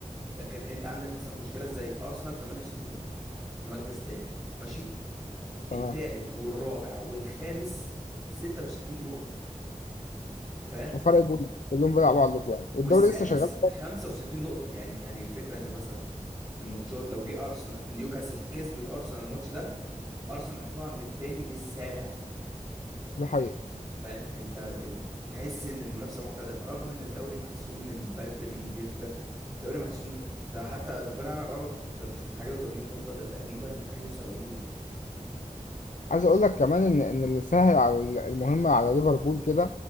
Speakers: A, on the right; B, on the left.
A: لكن انت عندك مثلا مشكله زي ارسنال 68 نقطه في المركز الثاني ماشي
B: تمام
A: الثالث والرابع والخامس 66 نقطه فاهم
B: وفرق جول كلهم بيلعبوا على الاجوان والدوري
A: والسادس
B: لسه شغال
A: 65 نقطة يعني يعني الفكرة ان مثلا الماتشات لو جه ارسنال نيوكاسل كسبت ارسنال الماتش ده ارسنال هتقع من التاني للسابع
B: دي حقيقة
A: فاهم انت ال... تحس ان المنافسة محتدمة رغم ان الدوري محسوم من بدري جدا الدوري محسوم من ده حتى ده طلعنا غلط ده مش من حاجة و80 نقطة ده تقريبا من حاجة و70 نقطة
B: عايز اقول لك كمان ان ان اللي سهل على ال- المهمة على ليفربول كده